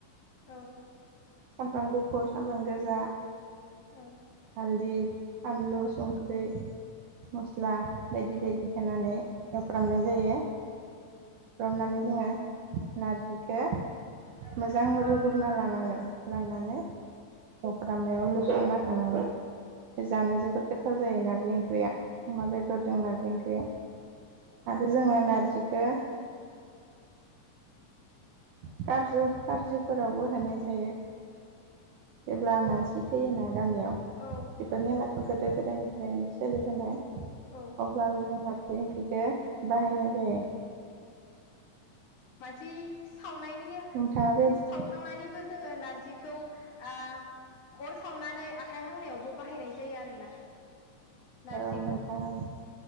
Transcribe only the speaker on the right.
सामब्राम गुफुर सामब्राम गोजा
हालदि फानलु संख्रै मस्ला बायदि बायदि होनानै एवफ्रामनाय जायो थ्रमनानै जोङो नारजिखो मोजां रुगोरना लानांगोन लानानै एवफ्रामनायाव लुसोमना होखानांगौ जानो जोबोद गोथाव जायो नार बि ओंख्रिया अमा बेदरजों नारजि ओंख्रिया आरो जोङो नारजिखो खारजु खारजुफोरावबो होनाय जायो जेब्ला मानसि जि थैयोना गामियाव
बेफोर निमा गोदो गोदायनिफ्रायनो सोलिबोनाय
अब्लाबो जों नारजि ओंख्रिखो बाहायनाय जायो
नोंथाङा बे औ
औ नोंथां औ